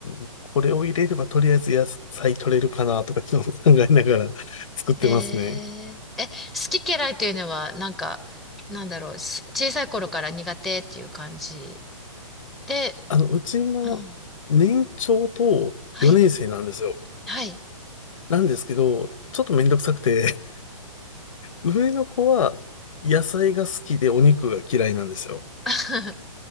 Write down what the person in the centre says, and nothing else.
へえ。え、好き嫌いというのは、なんか、なんだろう、す小さい頃から苦手っていう感じで、
うん。
はい、はい。
<laughs>